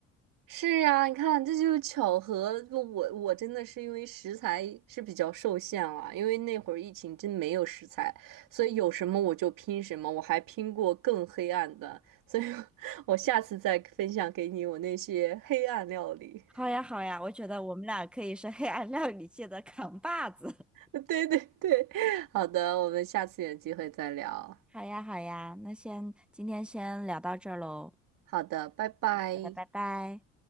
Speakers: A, on the right; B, in the centre.
A: 是啊，你看这就是巧合。不我我真的是因为食材是比较受限了，因为那会儿疫情真没有食材，所以有什么我就拼什么，我还拼过更黑暗的，所以 <laughs> 我下次再分享给你我那些黑暗料理。
B: 好呀，好呀，我觉得我们俩可以是黑暗料理界的扛把子。
A: <laughs> 对对对，好的，我们下次有机会再聊。
B: <laughs> 好呀，好呀，那先今天先聊到这儿喽，
A: 好的，拜拜。
B: 好的，拜拜。